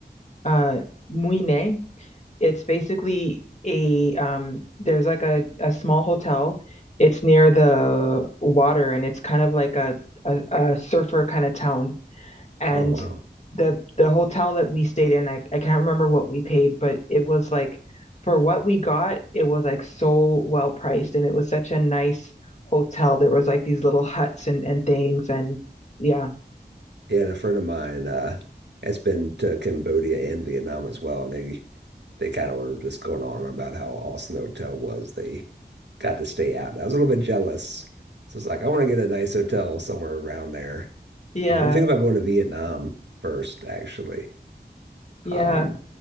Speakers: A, on the left (about 40°); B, on the right (about 90°).
A: uh Mũi Né. It's basically a um there's like a, a small hotel. It's near the water and it's kind of like a a, a surfer kind of town and
B: oh wow.
A: the the hotel that we stayed in, I, I can't remember what we paid, but it was like for what we got, it was like so well priced and it was such a nice hotel. There was like these little huts and and things and yeah.
B: Yeah, and a friend of mine uh, has been to Cambodia and Vietnam as well, and they they kind of were just going on about how awesome the hotel was. They got to stay out, and I was a little bit jealous. So it's like I want to get a nice hotel somewhere around there.
A: Yeah.
B: Um, I'm thinking about going to Vietnam first, actually,
A: Yeah.
B: um,